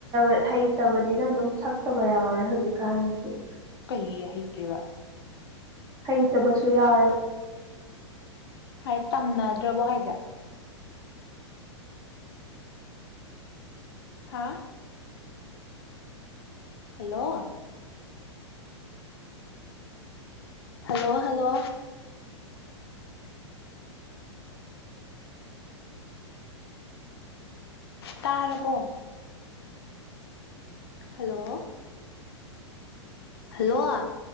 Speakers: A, on the right; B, on the left.
A: ꯇ ꯍꯩꯇ꯭ꯔꯕꯗꯤꯅ ꯑꯗꯨꯝ ꯁꯛꯇꯕ ꯌꯥꯎꯔꯦ ꯍꯧꯖꯤꯛꯀꯥꯟꯒꯤꯗꯤ
B: ꯀꯩ ꯍꯩꯇ꯭ꯔꯤꯕ
A: ꯍꯩꯇꯕꯁꯨ ꯌꯥꯎꯋꯦꯕ
B: ꯍꯥꯏ ꯇꯝꯅꯗ꯭ꯔꯕꯣ ꯍꯥꯏꯁꯦꯠ ꯍꯥ ꯍꯜꯂꯣ ꯍꯜꯂꯣ ꯍꯜꯂꯣ ꯇꯥꯔꯕꯣ ꯍꯜꯂꯣ ꯍꯜꯂꯣ